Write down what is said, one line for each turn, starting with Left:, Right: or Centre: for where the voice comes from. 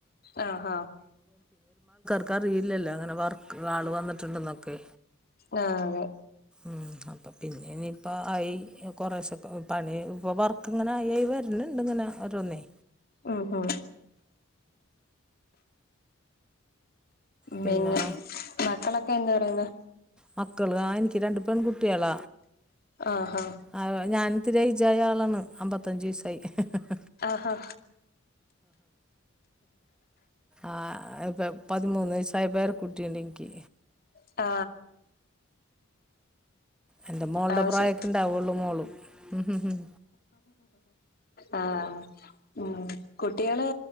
Left: ആ ഹ
Centre: ക്കറിയില്ലല്ല അങ്ങനെ വർ ക്ക്‌ ആള് വന്നിട്ടുണ്ടന്നൊക്കെ
Left: ആ അതെ
Centre: മ് അപ്പ പിന്നെ ഇനിയിപ്പോ ആയി കോറേശ്ശെ പണി ഇപ്പ വർക്ക് ഇങ്ങനെ ആയി ആയി വര്നിണ്ട് ഇങ്ങനെ ഓരോന്നേ
Left: ഉം ഹും
Centre: പിന്നെ
Left: മേന്ന് മക്കളൊ ന്ത് പറയുന്നു
Centre: മക്കള് ആ എനിക്ക് രണ്ടു പേൺ കുട്ടിയെള
Left: ആഹാ
Centre: അവ ഞാൻ ഇത്തിരി എയ്ജ് ആയ ആളാണ് അമ്പത്തഞ്ചു വയസായി ഹ് ഹ്‌
Left: ആഹാ
Centre: ആ പതിമൂന്ന് വയസായ പേരകുട്ടിയിണ്ട് ഇനിക്ക്
Left: ആ
Centre: എന്റെ മോൾടെ
Left: ആഹ്
Centre: പ്രായൊക്കെ
Left: ശ
Centre: ഇണ്ടാവുള്ളൂ മോളും ഹും ഹും
Left: ആ ഉം കുട്ടിയള്